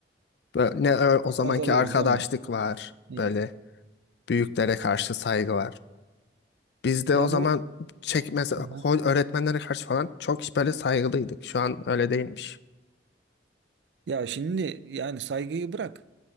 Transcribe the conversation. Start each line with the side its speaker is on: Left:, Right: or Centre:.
Left: böyle ne ö- o zamanki
Right: Azalıyoruz
Left: arkadaşlık
Right: değil mi?
Left: var.
Right: Hı
Left: Böyle
Right: hı.
Left: büyüklere karşı saygı var. Biz de
Right: Ya
Left: o zaman
Right: bu
Left: çekmez
Right: Hı hı.
Left: öğretmenlere karşı falan çok böyle saygılıydık. Şu an öyle değilmiş.
Right: ya şimdi yani saygıyı bırak.